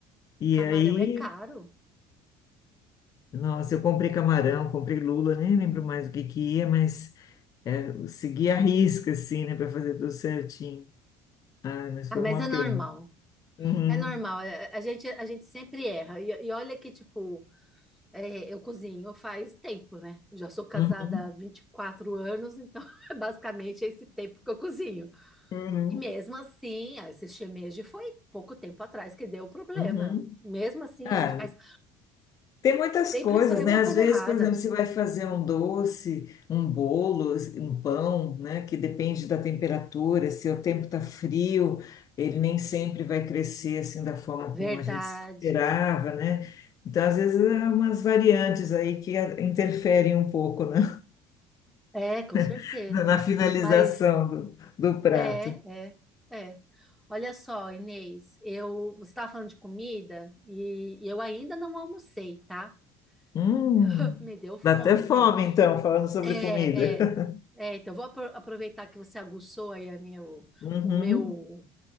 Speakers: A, on the left; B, in the centre.
A: E
B: camarão
A: aí,
B: é caro.
A: nossa, eu comprei camarão, comprei lula, nem lembro mais o que que ia, mas é, eu segui a risca, assim, né, para fazer tudo certinho. Ah, mas foi
B: Ah, mas
A: uma
B: é normal.
A: pena. Uhum,
B: É normal. é- A gente, a gente sempre erra. E, e olha que, tipo, é, eu cozinho faz tempo, né? Já sou casada
A: uhum,
B: há 24 anos, então <laughs> basicamente é basicamente esse tempo que eu cozinho.
A: uhum,
B: E mesmo assim, ah, esse shimeji foi pouco tempo atrás que deu o problema.
A: uhum.
B: Mesmo assim,
A: Ah,
B: a gente faz
A: Tem muitas
B: Sempre
A: coisas,
B: sai alguma
A: né?
B: coisa
A: Às vezes,
B: errada.
A: por exemplo, você vai fazer um doce, um bolo, um pão, né? Que depende da temperatura, se o tempo tá frio, ele nem sempre vai crescer assim da forma
B: Verdade.
A: como a gente esperava, né? Então, às vezes, há umas variantes aí que a- interferem um pouco, né?
B: É, com certeza.
A: <laughs> Na finalização
B: Mas
A: do, do prato.
B: é, é, é. Olha só, Inês, eu, você estava falando de comida e, e eu ainda não almocei, tá?
A: Hum,
B: <laughs> Me deu fome.
A: dá até fome,
B: É,
A: então, falando sobre
B: é,
A: comida. <laughs>
B: é, é, então vou apro- aproveitar que você aguçou aí a minha, o,
A: Uhum,
B: o meu